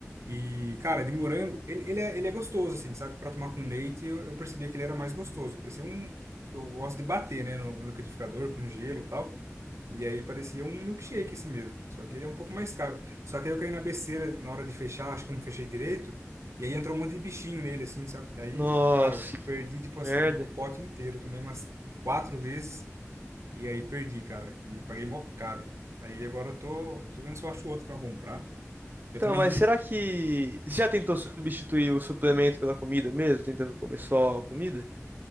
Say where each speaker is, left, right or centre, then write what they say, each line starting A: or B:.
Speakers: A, on the right (about 70°); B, on the right (about 40°).
A: E, cara, de morango, ele, ele, é, ele é gostoso, assim, sabe? Pra tomar com leite, eu, eu percebia que ele era mais gostoso. Parecia um... Eu gosto de bater, né, no, no liquidificador, com gelo e tal. E aí parecia um milkshake esse mesmo, só que ele é um pouco mais caro. Só que aí eu caí na besteira na hora de fechar, acho que eu não fechei direito, e aí entrou um monte de bichinho nele, assim, sabe? Aí,
B: Nossa,
A: cara, eu
B: que
A: perdi, tipo assim,
B: merda.
A: o pote inteiro, tomei umas quatro vezes, e aí perdi, cara, e paguei mó caro. Aí agora eu tô, tô vendo se eu acho outro pra comprar. Eu
B: Então,
A: também
B: mas
A: vi,
B: será que você já tentou substituir o suplemento pela comida mesmo, tentando comer só comida?